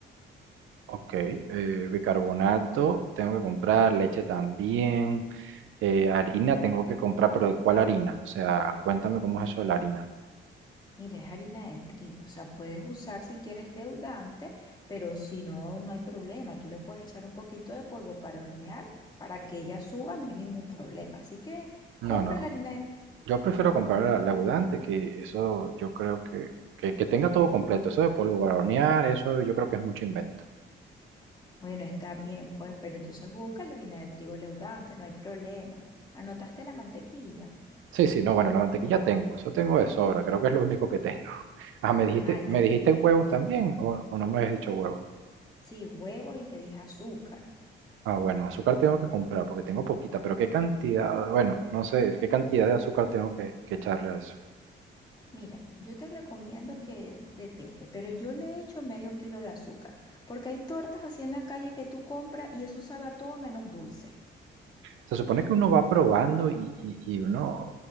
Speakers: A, on the right; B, on the left.
A: Ok, eh, bicarbonato, tengo que comprar leche también. Eh, harina tengo que comprar, pero ¿de cuál harina? O sea, cuéntame cómo es eso de la harina.
B: Mira, es harina de trigo, o sea, puedes usar si quieres leudante, pero si no, no hay problema. Tú le puedes echar un poquito de polvo para hornear, para que ella suba, no hay ningún problema. Así que
A: No,
B: compra
A: no.
B: la harina de trigo.
A: Yo prefiero comprar la, la abundante, que eso yo creo que, que, que tenga todo completo. Eso de polvo para hornear, eso yo creo que es mucho invento.
B: Bueno, está bien, pues, pero entonces busca la harina de trigo leudante, no hay problema. Anotaste la mantequilla.
A: Sí, sí, no, bueno, la mantequilla tengo, eso tengo de sobra, creo que es lo único que tengo. <laughs> Ah, ¿me
B: Ajá,
A: dijiste,
B: y
A: me
B: el...
A: dijiste huevos también o, o no me has dicho huevos?
B: Sí, huevos y te dije azúcar.
A: Ah, bueno, azúcar tengo que comprar porque tengo poquita, pero ¿qué cantidad? Bueno, no sé, ¿qué cantidad de azúcar tengo que, que echarle a eso?
B: Mira, yo te recomiendo que depende, pero yo le echo medio kilo de azúcar, porque hay tortas así en la calle que tú compras y eso sabe a todo menos dulce.
A: Se supone que uno va probando y, y- y uno,